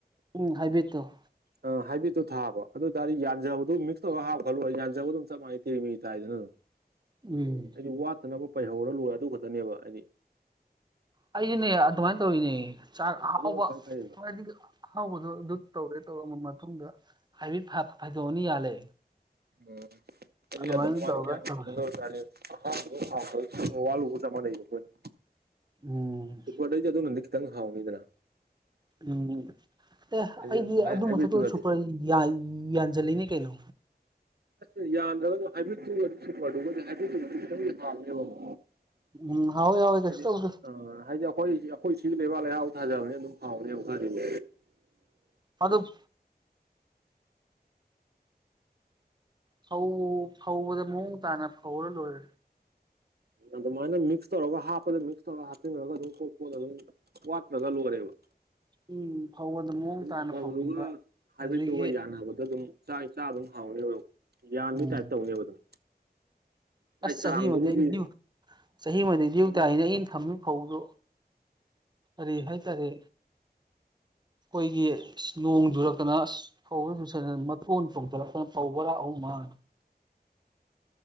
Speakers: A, on the right; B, on the right.
A: ꯎꯝ ꯍꯥꯏꯕꯤꯠꯇꯣ
B: ꯑ ꯍꯥꯢꯕꯔꯤꯠꯇꯣ ꯊꯥꯕ ꯑꯗꯨꯑꯣꯏꯇꯥꯗꯤ ꯌꯥꯟꯖꯕꯗꯣ ꯃꯤꯛꯁ ꯇꯧꯔ ꯍꯥꯞꯈ꯭ꯔ ꯂꯣꯏꯔꯣ ꯌꯥꯟꯖꯕꯗꯣ ꯆꯞ ꯃꯥꯅꯩ ꯇꯦꯔꯤ ꯃꯦꯔꯤ ꯇꯥꯏꯗꯅ ꯑꯗꯨꯝ
A: ꯎꯝ
B: ꯑꯩꯗꯤ ꯋꯥꯠꯇꯅꯕ ꯄꯩꯍꯧꯔꯒ ꯂꯣꯏꯔꯦ ꯑꯗꯨ ꯈꯛꯇꯅꯦꯕ ꯑꯩꯗꯤ
A: ꯑꯩꯖꯨꯅꯦ ꯑꯗꯨꯃꯥꯏꯅ ꯇꯧꯔꯤꯅꯦ ꯆꯥꯛ ꯑꯍꯥꯎꯕ
B: ꯑꯗꯨꯅ ꯈ꯭ꯋꯥꯏ ꯐꯩꯌꯦꯕ
A: ꯍꯥꯏꯗꯤ ꯑꯍꯥꯎꯕꯗꯣ ꯑꯗꯨ ꯇꯧꯒꯦ ꯇꯧꯔ ꯃꯇꯨꯡꯗ ꯍꯥꯢꯕꯔꯤꯠ ꯐ ꯐꯩꯗꯣꯝ ꯑꯅꯤ ꯌꯥꯜꯂꯦ
B: ꯑꯥ ꯍꯥꯏꯗꯤ
A: ꯑꯗꯨꯃꯥꯏꯅ
B: ꯑꯗꯨꯝ ꯃꯥꯢꯅ
A: ꯇꯧꯔꯒ
B: ꯌꯥꯟꯕ
A: ꯇꯧꯔꯦ
B: ꯉꯝꯗꯣꯏ ꯑꯣꯏꯇ꯭ꯔꯥꯗꯤ <unintelligible> ꯋꯥꯂꯨꯕ ꯆꯞ ꯃꯥꯟꯅꯩ ꯑꯩꯈꯣꯏꯅ
A: ꯎꯝ
B: ꯁꯨꯄ꯭ꯔꯗꯩꯗꯤ ꯑꯗꯨꯅꯗꯤ ꯈꯤꯇꯪ ꯍꯥꯎꯅꯤꯗꯅ
A: ꯎꯝ ꯑꯦ
B: ꯍꯥꯏꯗꯤ
A: ꯑꯩꯗꯤ ꯑꯗꯨꯒꯤ
B: ꯍꯥꯏꯕ꯭ꯔꯤꯠꯇꯨꯅꯗꯤ
A: ꯃꯊꯛꯇꯨꯗ ꯁꯨꯄꯔ ꯌꯥꯟꯁꯤꯜꯂꯤꯅꯤ ꯀꯩꯅꯣ
B: ꯑꯁ ꯌꯥꯟꯗ꯭ꯔꯒꯁꯨ ꯍꯥꯏꯕꯤꯠꯇꯨꯒ ꯁꯨꯄꯔꯗꯨꯒ ꯍꯥꯏꯕꯤꯠꯇꯨꯅꯗꯤ ꯈꯤꯇꯪꯗꯤ ꯐꯅꯦꯕꯀꯣ
A: ꯎꯝ ꯍꯥꯎꯋꯦ ꯍꯥꯎꯋꯦ ꯀꯩꯁꯨ
B: ꯍꯥꯏꯗꯤ
A: ꯇꯧꯗꯦ
B: ꯑ ꯍꯥꯏꯗꯤ ꯑꯩꯈꯣꯏ ꯑꯩꯈꯣꯏ ꯁꯤ ꯂꯩꯕꯥꯛ ꯂꯩꯍꯥꯎ ꯐꯒꯔꯕꯅꯤꯅ ꯑꯗꯨꯝ ꯍꯥꯎꯅꯦꯕ ꯈꯔꯗꯤ ꯑꯗꯨꯝ
A: ꯑꯔꯨꯞ ꯐꯧ ꯐꯧꯕꯗ ꯃꯑꯣꯡ ꯇꯥꯅ ꯐꯧꯔꯒ ꯂꯣꯏꯔꯦ
B: ꯑꯗꯨꯃꯥꯏꯅ ꯃꯤꯛꯁ ꯇꯧꯔꯒ ꯍꯥꯞꯄꯗ ꯃꯤꯛꯁ ꯇꯧꯔꯒ ꯍꯥꯞꯆꯤꯟꯈꯒ ꯑꯗꯨꯝ ꯀꯣꯠ ꯀꯣꯠ ꯑꯗꯨꯝ ꯋꯥꯠꯇ꯭ꯔꯒ ꯂꯣꯢꯔꯦꯕ
A: ꯎꯝ ꯐꯧꯕꯗ ꯃꯑꯣꯡ
B: ꯑꯗꯨꯝ
A: ꯇꯥꯅ
B: ꯑꯐꯕꯗꯨꯒ
A: ꯐꯧꯕꯤꯕ
B: ꯍꯥꯏꯕꯔꯤꯠꯇꯨꯒ
A: ꯑꯗꯨꯗꯒꯤ
B: ꯌꯥꯅꯕꯗ ꯑꯗꯨꯝ ꯆꯥꯛ ꯏꯆꯥ ꯑꯗꯨꯝ ꯍꯥꯎꯅꯦꯕ ꯑꯗꯨꯝ ꯌꯥꯟꯕꯒꯤ
A: ꯎꯝ
B: ꯇꯥꯏꯞ ꯇꯧꯅꯦꯕ ꯑꯗꯨꯝ ꯃꯥꯏ
A: ꯑꯁ ꯆꯍꯤꯃꯗꯤ
B: ꯆꯥꯡꯗꯨꯕꯨꯗꯤ
A: ꯑꯩ ꯆꯍꯤꯃꯗ ꯗ꯭ꯌꯨ
B: ꯑꯗꯨꯝ
A: ꯇꯥꯏꯅꯦ ꯑꯩꯅ ꯊꯝꯃꯤ ꯐꯧꯗꯣ ꯀꯔꯤ ꯍꯥꯏꯇꯥꯔꯦ ꯑꯩꯈꯣꯏꯒꯤ ꯅꯣꯡ ꯆꯨꯔꯛꯇꯅ ꯐꯧ ꯌꯨꯁꯟꯗꯅ ꯃꯇꯣꯟ ꯆꯣꯡꯊꯠꯂꯛꯇꯅ ꯐꯧ ꯕꯣꯔꯥ ꯑꯍꯨꯝ ꯍꯣꯏ